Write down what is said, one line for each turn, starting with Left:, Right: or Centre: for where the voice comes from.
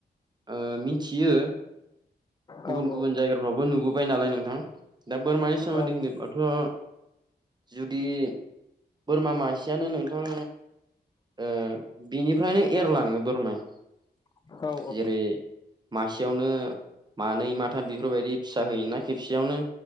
Right: ओ मिनथियो गुबुन
Left: औ
Right: गुबुन
Left: औ
Right: जायगाफ्रावबो नुबो बाय नालाय नोंथां दा बोरमानि सोमोन्दै
Left: औ
Right: होनोब्लाथ' जुदि बोरमा मासेयानो नोंथां ओ बिनिफ्रायनो एरलाङो बोरमाया
Left: औ औ
Right: जेरै मासेयावनो मानै माथाम बेफोरबायदि फिसा होयो ना खेबसेयावनो।